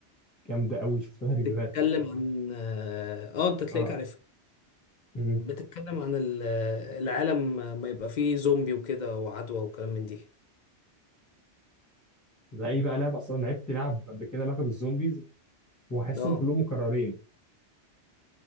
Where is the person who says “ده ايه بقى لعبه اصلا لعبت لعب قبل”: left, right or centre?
Left